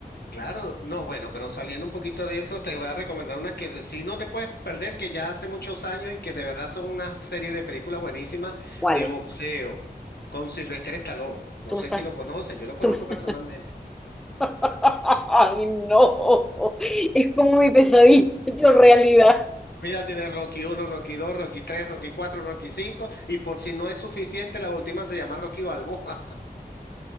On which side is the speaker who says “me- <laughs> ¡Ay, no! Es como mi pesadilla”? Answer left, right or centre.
Centre